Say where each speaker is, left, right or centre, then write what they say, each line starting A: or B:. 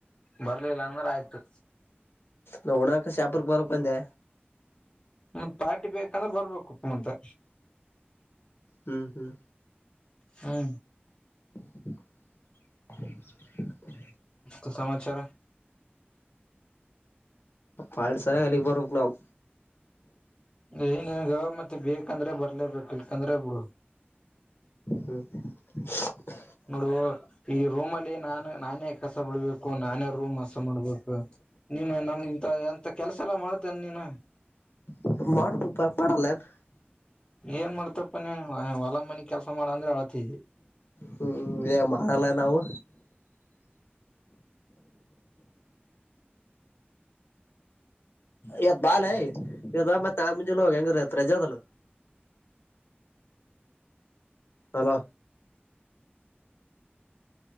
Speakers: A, on the left (about 20°); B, on the left (about 70°).
A: ಬರ್ಲಿಲ್ಲ ಅಂದ್ರೆ ಆಯ್ತು
B: ನಾವುಣಕ ಶಾಪರ್ಕ್ಕೆ ಬರಕ್ ಬಂದೆ
A: ಮತ್ ಪಾರ್ಟಿ ಬೇಕಂದ್ರೆ ಬರ್ಬೇಕುಪ್ಪ ಮಂತೆ
B: ಹ್ಮ್ ಹ್ಮ್
A: ಹ್ಮ
B: <inaudible>
A: ಮ ಸಮಾಚಾರ
B: ಪಾಳಸಾಲ ಅಲಿಗಿ ಬರ್ಬೆಕ್ ನಾವು
A: ಏನನ್ ಮತ್ತೆ ಬೇಕಂದ್ರೆ ಬರ್ಲೇಬೇಕಿ ಚಂದ್ರಬುಡು
B: ಹ್ಮ್ <inaudible>
A: ನೋಡು ಈ ರೂಮಲ್ಲಿ ನಾನು ನಾನೇ ಕಸ ಬಿಳ್ಬೇಕು ನಾನೇ ರೂಮ್ ಅಸನ್ ಮಾಡ್ಬೇಕು ನೀನು ನಮ ಇಂತ ಎಂತ ಕೆಲ್ಸ ಎಲ್ಲ ಮಾಡ್ತೇನೆ ನೀನು
B: <unintelligible>
A: ಏನ್ ಮಾಡ್ತಪ್ಪ ನೀನ್ ಹೊಲ ಮನಿ ಕೆಲಸ ಮಾಡ ಅಂದ್ರೆ ಆಳತಿ ಇದಿ
B: ಹ್ಮ್ ಏನ್ ಮಾಡಲ್ಲ ನಾವು ಇವತ್ ಬಾಲ್ಯ ಎದ್ ಮತ್ತೆ ಆ ಮುಂಜೆಲ್ಲ ಹೋಗಿ ಹೆಂಗತ್ ರಜಾದಲ್ಲ hello